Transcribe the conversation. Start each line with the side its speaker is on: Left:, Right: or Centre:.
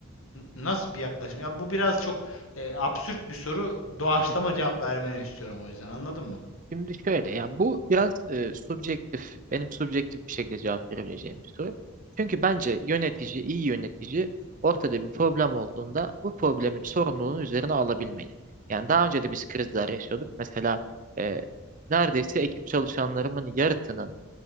Left: nasıl bir yaklaşım? Ya bu biraz çok e, absürt bir soru doğaçlama
Right: <laughs>
Left: cevap vermeni istiyorum o yüzden anladın mı?
Right: Şimdi şöyle ya bu biraz e, subjektif, benim subjektif bir şekilde cevap verebileceğim bir soru. Çünkü bence yönetici, iyi yönetici ortada bir problem olduğunda bu problemin sorumluluğunu üzerine alabilmeli. Yani daha önce de biz krizler yaşıyorduk. Mesela e, neredeyse ekip çalışanlarımın yarısının